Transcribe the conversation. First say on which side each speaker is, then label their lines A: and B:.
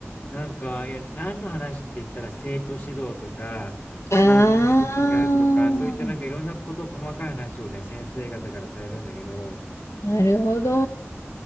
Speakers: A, on the left; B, on the left.
A: なんか、いや、何の話って言ったら、生徒指導とか、総合的時間とか、
B: ああ、
A: そういったなんかいろんなこと、細かい話をね、先生方からされるんだけど、
B: なるほど。